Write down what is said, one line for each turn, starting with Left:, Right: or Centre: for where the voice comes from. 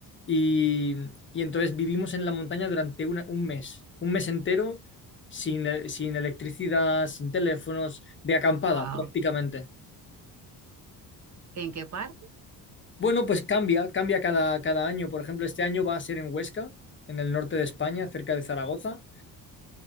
Left: Y, y entonces vivimos en la montaña durante una- un mes, un mes entero sin, e- sin electricidad, sin teléfonos, de acampada
Right: wow.
Left: prácticamente.
Right: ¿En qué parte?
Left: Bueno, pues cambia, cambia cada, cada año. Por ejemplo, este año va a ser en Huesca, en el norte de España, cerca de Zaragoza.